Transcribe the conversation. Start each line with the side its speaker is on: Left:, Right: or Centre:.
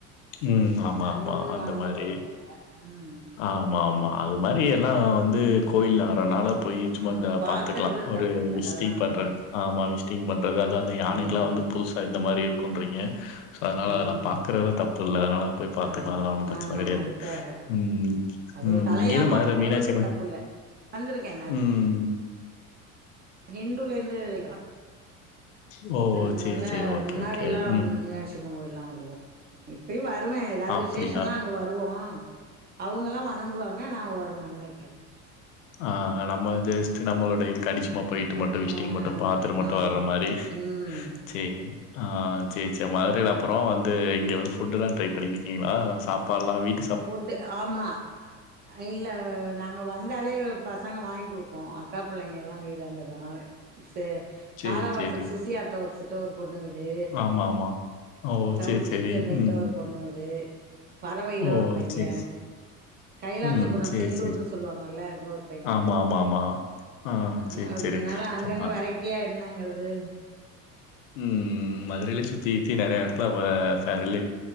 Left: ம். ஆமா,
Right: அங்க
Left: ஆமா.
Right: போய்
Left: அந்த
Right: வணங்க
Left: மாரி.
Right: போறதில்ல உம்
Left: ஆமா, ஆமா. அது மாரி எல்லா வந்து கோயில் னால போயி சும்மா
Right: அ
Left: இந்த
Right: பாக்குறது
Left: பாத்துக்கலா ஒரு
Right: தப்பு இல்ல
Left: விசிட்டிங்
Right: ஆ
Left: பண்றனு ஆமா விசிட்டிங் பண்றது அது அந்த யானைக்கெல்லா
Right: ம்
Left: வந்து புதுசா இந்த மாரி க்குன்றீங்க அதனால
Right: ம்
Left: அதெல்லா பாக்கறது தப் பில்ல அதனால போய் பாத்துக்கலா
Right: ஆமா
Left: அதல்லா ஒன்னு பிரச்சன
Right: ஆ
Left: கெடையாது
Right: அதுக்காக
Left: உம்
Right: அது
Left: உம்
Right: ஒரு கலையா
Left: இங்கயுமே
Right: பாக்கும்போது
Left: மதுர மீனாச்சி அம்மன்
Right: தப்புல்ல வந்திருக்கே
Left: உம்
Right: இண்டுலருந்து <inaudible>
Left: ஓ!
Right: அதனால
Left: சரி, சரி. ஓகே,
Right: முன்னாடி
Left: ஓகே.
Right: எல்லா
Left: ம்.
Right: மீனாட்சி அம்மங்கோயில்லா வருவோ இப் பயு வருவே எதாது
Left: அப்படியா?
Right: விஷேசன்னா அங்க வருவோ அவங்கல்லா வணங்குவாங்க நா ஓரமா நின்னு
Left: ஆஹ் நம்ம அது க்கு நம்மளோட இது <unintelligible> ம்மா போயிட்டு மட்டு விஷ்டிங்
Right: ஆ
Left: மட்டு பாத்துட்டு மட்டு
Right: ஆமா
Left: வர்ற மாரி
Right: ம்
Left: சே ஆஹ் சேர் சேர் மதுரைல அப்பறோ வந்து இங்க வந்து ஃபுட் எல்லா ட்ரை பண்ணியிருக்கீங்களா சாப்பாட்ல்லா வீட்
Right: ஃபுட்டு ஆமா இல்ல நாங்க வந்தாலே இவருக் ப சங்க வாங்க்குடுக்கு அக்கா பிள்ளைங்க எல்லா வாங்கிட்டு வந்ததா சேர்
Left: சரி,
Right: காலவாசல்
Left: சரி.
Right: சுசியாட்டோ <unintelligible> ஒரு பொண்ணு வீ டு
Left: ஆமா, ஆமா. ஓ!
Right: தவுட்டு
Left: சரி, சரி.
Right: சந்தைகிட்ட
Left: ம்.
Right: ஒரு பொண்ணு வீடு பறவைல
Left: ஓ!
Right: ஒரு பைய
Left: சரி, ச
Right: கைலாசபுரம்
Left: ம். சரி,
Right: செல்லூர்ன்னு
Left: சரி.
Right: சொல்லுவாங்கல்ல அங்க ஒரு பைய
Left: ஆமா, ஆமா, ஆமா. ஆ
Right: அ
Left: சரி,
Right: அப்டிங்கறனால
Left: சரி. இப்போ
Right: அங்கங்க வெரைட்டியா என்னங்கறது
Left: உம் மதுரைலே சுத்தி த்தி நெறையா எடத்துல <unintelligible> சா ரிலே